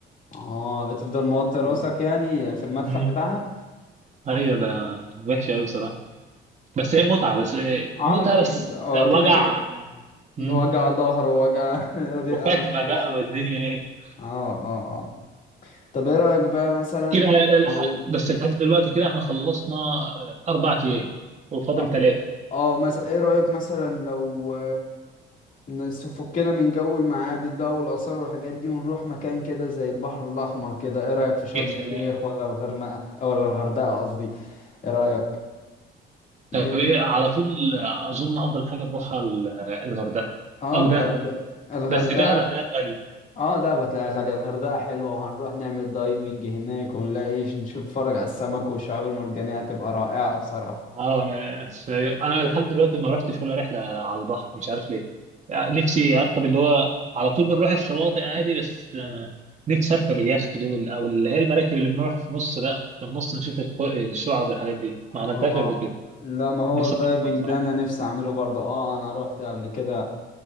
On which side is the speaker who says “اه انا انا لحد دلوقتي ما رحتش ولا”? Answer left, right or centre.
Right